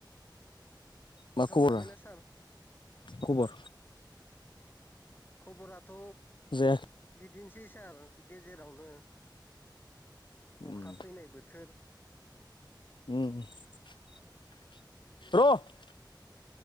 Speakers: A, on the left (about 25°); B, on the left (about 80°).
A: <inaudible>
B: मा खबरा
A: जाबायना सार
B: खबर
A: खबराथ'
B: जायाखै
A: बिदिनोसै सार गेजेरावनो
B: उम
A: अखा फैनाय बोथोर
B: र'